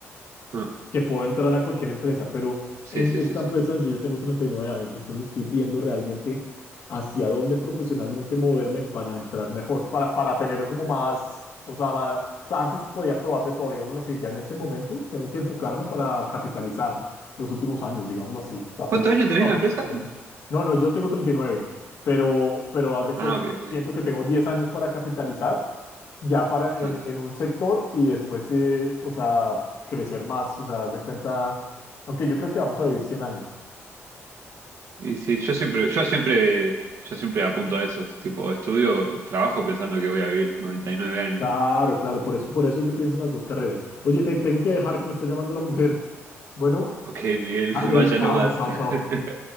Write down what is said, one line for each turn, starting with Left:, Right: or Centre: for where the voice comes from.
Right: Ah,
Left: que puedo entrar a cualquier empresa, pero
Right: sí,
Left: en
Right: sí,
Left: esta
Right: sí, sí.
Left: empresa yo ya tengo 39 años, entonces estoy viendo realmente hacia dónde profesionalmente moverme para entrar mejor, para, para tener como más, o sea, más- o sea, antes podía probar de todo, digámoslo así, ya en este momento tengo que enfocarme para capitalizar los últimos años, digámoslo así. O sea,
Right: ¿Cuántos
Left: pues lo-
Right: años tenés
Left: no,
Right: en la
Left: lo-
Right: empresa?
Left: no, no, yo tengo 39, pero, pero haz de
Right: Ah,
Left: cuenta,
Right: ok, ok.
Left: siento que tengo 10 años para capitalizar ya para
Right: Ajá.
Left: en, en un sector y después, eh, o sea, crecer más, o sea, haz de cuenta, aunque yo creo que vamos a vivir 100 años.
Right: Y sí, yo siempre, yo siempre, yo siempre apunto a eso. Tipo, estudio, trabajo pensando que voy a vivir 99 años.
Left: Claro, claro, por eso, por eso yo pienso en las dos carreras. Oye, te tengo que dejar que me está llamando la mujer. Bueno,
Right: Ok, Miguel,
Left: dale,
Right: <laughs> vaya
Left: chao,
Right: nomás.
Left: chao,
Right: <laughs>
Left: chao.